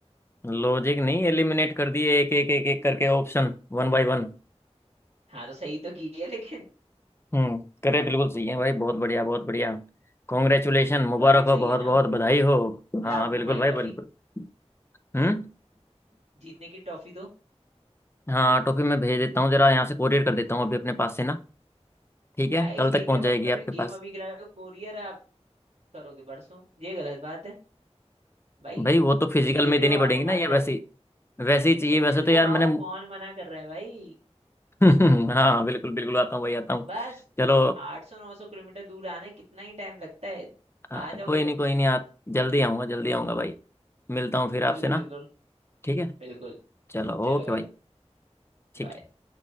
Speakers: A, on the left; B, on the right.
A: लॉजिक नहीं एलिमिनेट कर दिए एक एक एक एक करके ऑप्शन वन बाय वन
B: हाँ तो सही तो की है लेकिन
A: हम्म करे बिल्कुल सही है भाई बहुत बढ़िया बहुत बढ़िया कॉन्ग्रेचुलेशन मुबारक
B: लॉजिक
A: हो
B: सही
A: बहुत
B: है
A: बहुत
B: ना
A: बधाई हो हाँ
B: लाओ
A: बिल्कुल
B: हमारी
A: भाई बिल्कुल
B: टॉफी
A: हम्म
B: जीतने की टॉफी तो
A: हाँ टॉफी मैं भेज देता हूँ जरा यहाँ से कोरियर कर देता हूँ अभी अपने पास से ना ठीक है
B: भाई
A: कल
B: ये
A: तक पहुँच
B: क्या बात
A: जाएगी आपके
B: हुई
A: पास
B: गेम अभी खिलाए हो कोरियर आप करोगे बरसों ये गलत बात है भाई
A: भाई वो तो फिजिकल
B: खेले
A: में देनी
B: हो
A: पड़ेगी
B: आप हमारे
A: ना या वैसे
B: साथ
A: वैसे ही चाहिए
B: तो मिलने
A: वैसे तो यार
B: आओ
A: मैंने
B: कौन मना कर रहा है भाई
A: <laughs> हाँ बिल्कुल बिल्कुल आता हूँ भाई आता हूँ
B: बस
A: चलो
B: आठ सौ नौ सौ किलोमीटर दूर आना है कितना ही टाइम लगता है
A: हाँ,
B: आ जाओगे
A: कोई नहीं
B: तुम
A: कोई नहीं आ, जल्दी आऊँगा जल्दी आऊँगा भाई मिलता हूँ फिर आपसे
B: बिल्कुल
A: ना
B: बिल्कुल
A: ठीक है
B: बिल्कुल
A: चलो
B: चलो
A: ओके भाई
B: भाई बड़ जय filtकश है वहां, झाल 午 राले flatsकुब है, प्यूजहांजूलाधा ड़न काल je है, झाले Garlic-ає, ढौन जी के जारी unosijay Михोंताम है, Permain Cong Oreo Navक, जए रोंटोंगे हैं
A: ठीक
B: एation
A: है
B: कि उले कार स�� Cristo